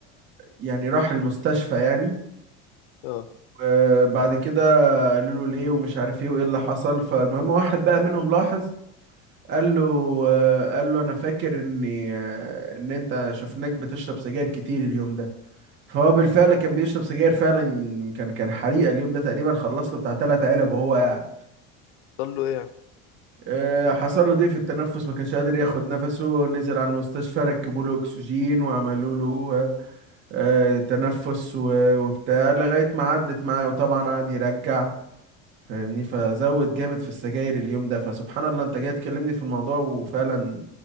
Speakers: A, on the right; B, on the left.
A: يعني راح المستشفى يعني
B: أه
A: وبعد كده قالوا له ليه ومش عارف ايه وايه اللي حصل فالمهم واحد بقى منهم لاحظ قال له آه، قال له انا فاكر اني آه، ان انت شفناك بتشرب سجاير كتير اليوم ده فهو بالفعل كان بيشرب سجاير فعلا كان كان حريقة اليوم ده تقريبا خلص له بتاع تلات علب وهو قاعد
B: ضل له إيه يعني
A: آه، حصل له ضيق في التنفس ما كانش قادر ياخد نفسه ونزل على المستشفى ركبوا له اكسجين وعملوا له آه، تنفس و- وبتاع لغاية ما عدت معاه وطبعا قعد يرجع فاهمني فزود جامد في السجاير اليوم ده فسبحان الله انت جاي تكلمني في الموضوع وفعلا